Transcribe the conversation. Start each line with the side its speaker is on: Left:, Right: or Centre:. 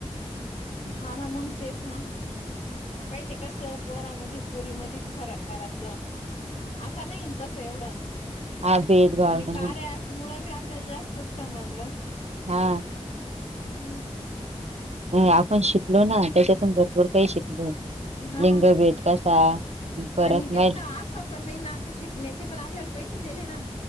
Left: हा ना मंग तेच ना पहिले कसं पोरामध्ये पोरी म फरक करायचं आता नाही न तस एवढं
Right: <inaudible>
Left: आणि कार्य
Right: मग
Left: ॲप मुळ बी आपल्याला जास्तच समजलं
Right: हा
Left: हम्म
Right: आपण शिकलो ना त्याच्यातून भरपूर काही शिकलो
Left: हा
Right: लिंगभेद कसा परत
Left: आणि ते
Right: महिल
Left: ना असं पण नाही ना शिकण्याचे पण आपल्याला पैसे दिले ना